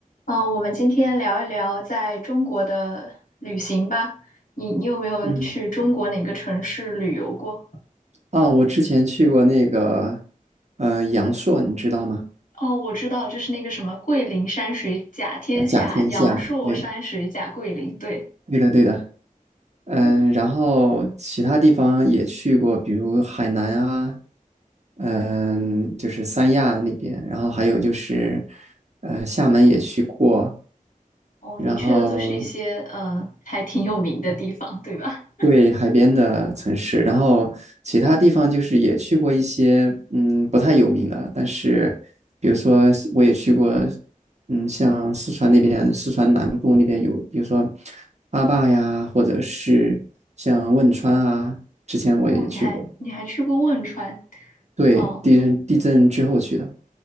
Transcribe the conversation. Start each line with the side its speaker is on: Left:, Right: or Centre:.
Left: 嗯，呃我们今天聊一聊在中国的旅行吧。你你有没有去中国哪个城市旅游过？
Right: 嗯，啊，我之前去过那个，呃，阳朔，你知道吗？
Left: 哦，我知道，就是那个什么桂林山水甲天下，
Right: 呃，甲天下，
Left: 阳朔山水甲桂林。
Right: 对，
Left: 对，
Right: 对的，对的，嗯、
Left: 嗯，
Right: 然后其他地方也去过，比如海南啊，嗯、就是三亚那边，然后还有就是，呃，厦门也去过，
Left: 哦，
Right: 然后
Left: 你去的都是一些呃还挺有名的地方，对吧？
Right: 对海边的城市，然后其他地方就是也去过一些，嗯，不太有名的，但是比如说我也去过，嗯，像四川那边，四川南部那边有，比如说阿坝呀，或者是像汶川啊，之前我也去过，
Left: 哦，你还你还去过汶川？
Right: 对，
Left: 哦
Right: 地震地震之后去的，